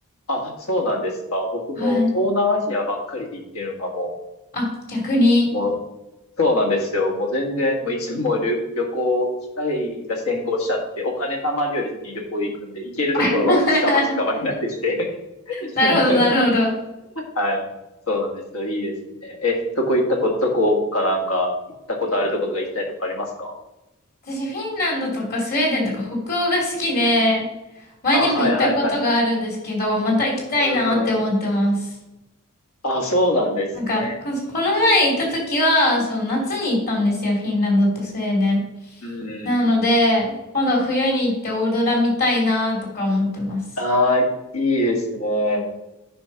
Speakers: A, on the left; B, on the left.
A: あ、そうなんですか。僕も東南アジアばっかりで行ってるのがも
B: はい。あ、逆に。
A: う、もうそうなんですよ。もう全然、もういつも旅、旅行、機会が先行しちゃって、お金貯まるより先に旅行行くんで、行けるところがもう近場近場になってきて。
B: <laughs>
A: <laughs>
B: なるほど、なるほど。
A: はい。そうなんですよ。いいですね。え、どこ行ったこ、どこかなんか、行ったことあるとことか行きたいとこありますか
B: 私、フィンランドとかスウェーデンとか北欧が好きで、前にも行ったことがあるんですけど、
A: あ、はいはいはい。
B: また行きたいなって思ってます。
A: うんうん。あ、そうなんですね。
B: なんか、ここの前行った時は、その夏に行ったんですよ、フィンランドとスウェーデン。
A: うん
B: なので、
A: うんうん。
B: 今度は冬に行ってオーロラ見たいなとか思ってます。
A: ああ、いいですね。